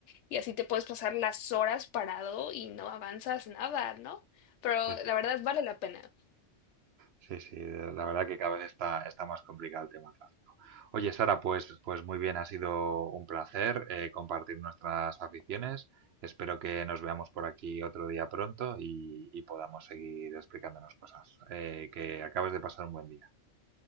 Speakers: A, on the left; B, on the right.
A: Y así te puedes pasar las horas parado y no avanzas nada, ¿no? Pero
B: Sí,
A: la verdad vale la pena.
B: sí, sí, de- la verdad que cada vez está, está más complicado el tema tráfico. Oye, Sara, pues, pues muy bien, ha sido un placer eh, compartir nuestras aficiones. Espero que nos veamos por aquí otro día pronto y, y podamos seguir explicándonos cosas. Eh, que acabes de pasar un buen día.